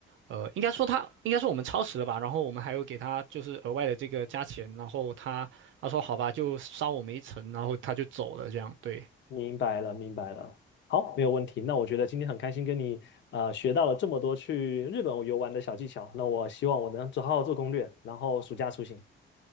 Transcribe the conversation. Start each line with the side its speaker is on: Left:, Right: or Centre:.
Right: 呃，应该说他应该说我们超时了吧，然后我们还有给他就是额外的这个加钱，然后他他说好吧，就捎我们一程，然后他就走了，这样对，
Left: 明白了，明白了。好，没有问题。那我觉得今天很开心跟你呃学到了这么多去日本游玩的小技巧。那我希望我能做好好做攻略，然后暑假出行。